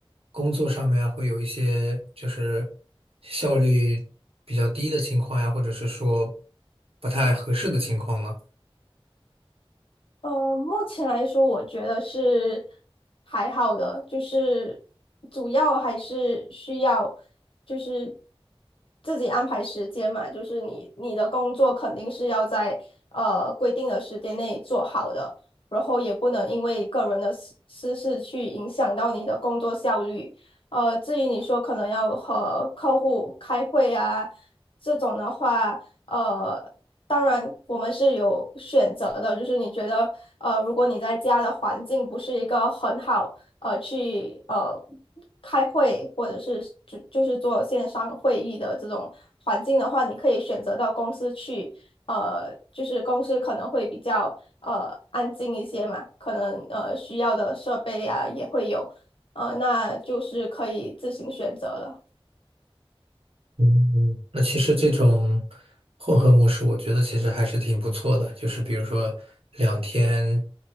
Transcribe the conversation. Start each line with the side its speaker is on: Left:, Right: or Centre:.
Right: 工作上面啊会有一些就是效率比较低的情况呀，或者是说不太合适的情况呢？
Left: 呃，目前来说，我觉得是还好的，就是主要还是需要就是自己安排时间嘛，就是你你的工作肯定是要在呃规定的时间内做好的，然后也不能因为个人的私私事去影响到你的工作效率。呃，至于你说可能要和客户开会啊这种的话。呃。当然，我们是有选择的，就是你觉得，呃，如果你在家的环境不是一个很好，呃，去呃开会或者是就就是做线上会议的这种环境的话，你可以选择到公司去，呃，就是公司可能会比较呃安静一些嘛，可能呃需要的设备啊也会有，呃，那就是可以自行选择了。
Right: 嗯，那其实这种混合模式，我觉得其实还是挺不错的。就是比如说两天，